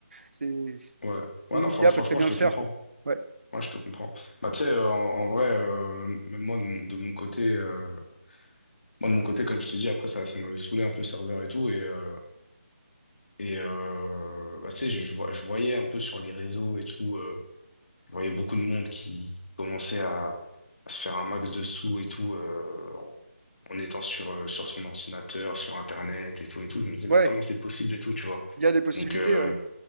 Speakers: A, on the right; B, on the left.
A: c'est, une
B: ouais. Ouais,
A: IA
B: non, fran- franchement,
A: peut très bien
B: je
A: le
B: te
A: faire,
B: comprends.
A: quoi. Ouais.
B: Moi, je te comprends. Bah, tu sais, euh, en, en vrai, euh, même moi, de mon, de mon côté, euh, moi, de mon côté, comme je te dis, après, ça, ça m'avait saoulé un peu le serveur et tout, et, euh, et, euh, bah, tu sais, je, je vois- je voyais un peu sur les réseaux et tout, euh, je voyais beaucoup de monde qui commençait à, à se faire un max de sous et tout, Euh, en étant sur, euh, sur son ordinateur, sur Internet et tout et tout. Je me disais,
A: Ouais.
B: mais comment c'est possible et tout, tu vois.
A: Il y a des possibilités,
B: Donc, euh,
A: ouais.